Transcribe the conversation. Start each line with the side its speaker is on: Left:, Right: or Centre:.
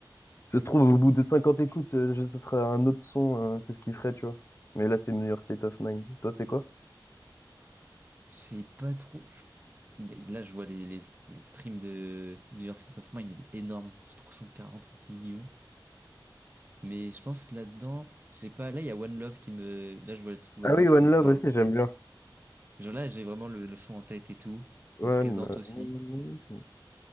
Left: Ça se trouve, au bout de 50 écoutes, euh, je- ce serait un autre son, euh, qu'est-ce qu'il ferait, tu vois. Mais là, c'est New York State of Mind. Toi, c'est quoi?
Right: sais pas trop. je- Là, je vois les, les, les streams de New York State of Mind, il est énorme. C'est 340 millions. Mais je pense là-dedans, j'ai pas. Là, il y a One Love qui me. Là, je vois le titre One
Left: Ah
Right: Love
Left: oui, One
Right: qui me
Left: Love
Right: parle.
Left: aussi, j'aime bien.
Right: Genre là, j'ai vraiment le, le son en tête et tout.
Left: One
Right: Représente aussi.
Left: Love.